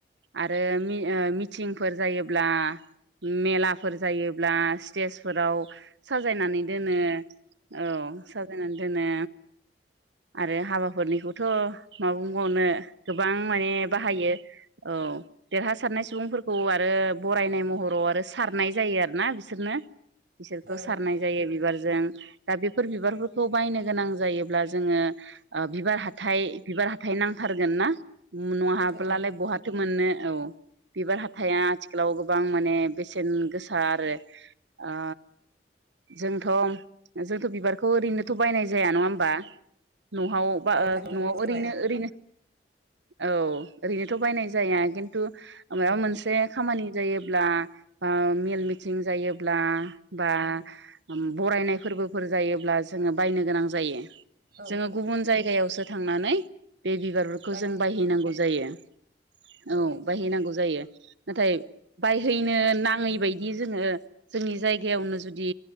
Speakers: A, on the right; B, on the right.
A: आरो मि ओ मिथिं फोर जायोब्ला मेलाफोर जायोब्ला स्टेजफोराव साजायनानै दोनो औ साजायनानै दोनो आरो हाबाफोरनिखौथ' मा बुंबावनो गोबां माने बाहायो औ देरहासारनाय सुबुंफोर खौ आरो बरायनाय महराव आरो सारनाय जायो आरो ना बिसो सोरनो बिसोरखौ
B: औ
A: सारनाय जायो बिबारजों दा बेफोर बिबारफोरखौ बायनो गोनां जायोब्ला जोङो ओ बिबार हाथाइ बिबार हाथाइ नांथारगोन ना? न'हाब्लालाय
B: औ
A: बहाथो मोननो औ हाया आथिखालाव गोबां माने बेसेन गोसा आरो ओ जोंथ' जोंथ' बिबारखौ ओरैनोथ' बायनाय जाया नङा होमबा न'हाव बा
B: औ
A: ओ
B: मोननाय
A: न'आव
B: जाबाय
A: ओरैनो ओरैनो औ ओरैनोथ' बायनाय जाया किन्तु माबा
B: औ
A: मोनसे खामानि जायोब्ला बा मेल मिटिं जायोब्ला बा
B: औ
A: ओम बरायनाय फोरबोफोर जायोब्ला जोङो बायनो गोनां जायो।
B: औ
A: जोङो गुबुन जायगायावसो थां खांनानै बे बिबारफोरखौ
B: बायनो
A: जों बायहैनांगौ जायो औ
B: औ
A: बायहैनांगौ जायो। नाथाय बायहैनो नाङै बायदि जोङो जोंनि जायगायावनो जुदि